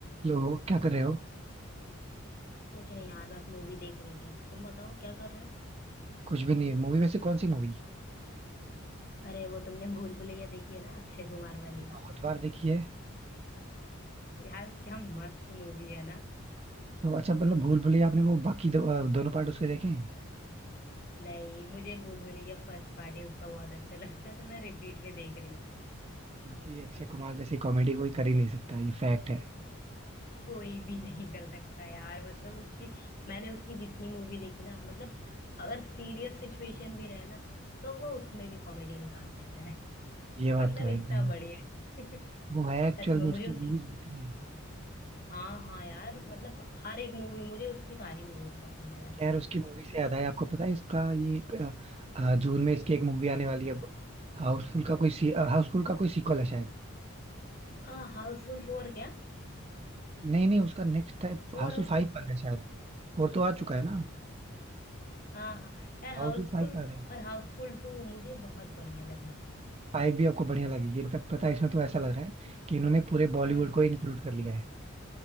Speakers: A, on the right; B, on the left.
A: लो क्या कर रहे हो
B: कुछ नहीं यार बस मूवी देख रही थी तुम बताओ क्या कर रहे हो
A: कुछ भी नहीं है मूवी वैसे कौन सी मूवी
B: अरे वो तुमने भूल भुलैया देखी है ना अक्षय कुमार वाली
A: बहुत बार देखी है
B: यार क्या मस्त मूवी है ना
A: तो अच्छा मतलब भूल भुलैया आपने वो बाकी दो, अ, दोनों पार्ट उसके देखे हैं
B: नहीं मुझे भूल भुलैया फर्स्ट पार्ट ही उसका बहुत अच्छा लगता है तो मैं रिपीट पे देख रही थी
A: क्योंकि अक्षय कुमार जैसी कॉमेडी कोई कर ही नहीं सकता ये फैक्ट है
B: कोई भी नहीं कर सकता यार मतलब उसकी मैंने उसकी जितनी मूवी देखी ना मतलब अगर सीरियस सिचुएशन भी रहे ना तो वो उसमें भी कॉमेडी निकाल देता है <laughs>
A: ये बात
B: मतलब
A: तो है एकदम
B: इतना बढ़िया है <laughs>
A: वो है एक्चुअल
B: सच में
A: में उसकी
B: मुझे उसकी
A: मूवीज होती हैं
B: हाँ हाँ यार मतलब हर एक मूवी मुझे उसकी सारी मूवीज पसंद है वैसे
A: खैर
B: तो
A: उसकी मूवी से याद आया आपको पता है इसका ये अ, अ, जून में इसकी एक मूवी आने वाली है हाउसफुल का कोई सी, हाउसफुल का कोई सीक्वल है शायद
B: हाँ हाउसफुल फोर क्या
A: नहीं नहीं उसका नेक्स्ट है
B: फोर
A: हाउसफुल फाइव आ रहा है शायद फोर तो आ चुका है ना
B: हाँ हाँ यार हाउसफुल
A: हाउसफुल फाइव आ रहा है
B: और हाउसफुल टू मुझे बहुत बढ़िया लगी
A: फाइव भी आपको बढ़िया लगेगी इनफैक्ट पता है इसमें तो ऐसा लग रहा है
B: थी
A: कि इन्होंने पूरे बॉलीवुड
B: हम्म
A: को इंक्लूड कर लिया है